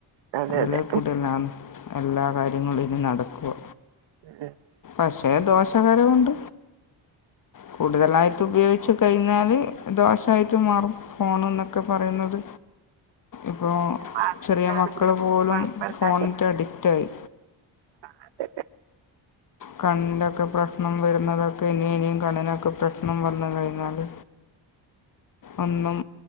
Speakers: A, on the right; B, on the left.
A: അതെ
B: അതിലെ
A: അതെ
B: കൂടെല്ലാന്ന്‌ എല്ലാ കാര്യങ്ങളിലും നടക്കൊ
A: ഉം ഉം
B: പക്ഷെ ദോഷകരവു മുണ്ട് കൂടുതലായിട്ട് ഉപയോഗിക ച്ച് കഴിഞ്ഞാല് ദോശായിട്ട് മാറും ഫോണ് എന്നൊക്കെ പറയുന്നത് ഇപ്പോ
A: പാകത്തിനാണെങ്കിലും
B: ചെറിയ മക്കള് പോലും
A: കൊഴപ്പല്ലാതെ
B: ഫോണിറ്റ് അഡിക്റ്റായി
A: അതെ
B: കണ്ണിന്റൊ ക്കെ പ്രശ്നം വരുന്നതൊക്കെ ഇനി ഇനി കണ്ണിനൊക്കെ പ്രശ്നം വന്ന് കഴിഞ്ഞാല് ഒന്നും